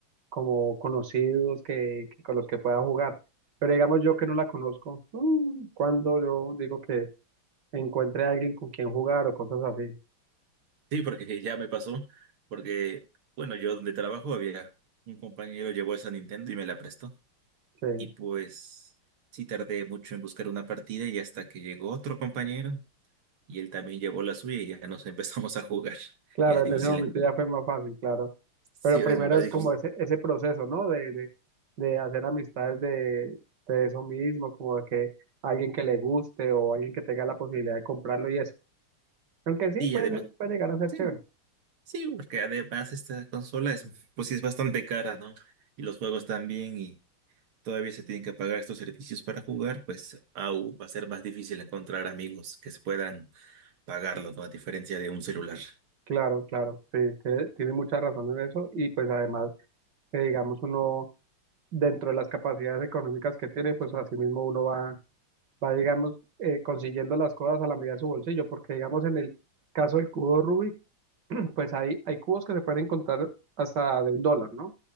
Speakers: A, on the right (about 55°); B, on the right (about 75°).
A: como conocidos que, que- con los que pueda jugar. Pero digamos yo que no la conozco, mm, cuando yo digo que encuentre a alguien con quien jugar o cosas así,
B: Sí, porque <laughs> ya me pasó, porque, bueno, yo donde trabajo había un compañero llevó esa Nintendo y me la prestó.
A: que
B: Y pues sí tardé mucho en buscar una partida y hasta que llegó otro compañero y él también llevó la suya y ya nos <laughs> empezamos a jugar.
A: claro,
B: Y es difícil,
A: en ese momento
B: ¿eh?
A: ya fue más fácil, claro.
B: sí,
A: Pero primero
B: es más
A: es
B: difícil.
A: como ese, ese proceso, ¿no? De, de, de hacer amistades de, de eso mismo, como de que alguien que le guste o alguien que tenga la posibilidad de comprarlo y eso. Aunque sí,
B: Y
A: puede,
B: además...
A: ser- puede llegar a ser
B: sí
A: chévere.
B: Sí, porque además esta consola es, pues sí es bastante cara, ¿no? Y los juegos también, y todavía se tienen que pagar estos servicios para jugar, pues aún va a ser más difícil encontrar amigos que se puedan pagarlo, ¿no? A diferencia de un celular.
A: Claro, claro, sí, tiene tiene mucha razón en eso y pues además, que digamos uno dentro de las capacidades económicas que tiene, pues asimismo, uno va, va digamos, eh, consiguiendo las cosas a la medida de su bolsillo, porque digamos en el caso del cubo Rubik, pues hay, hay cubos que se pueden encontrar hasta de un dólar, ¿no?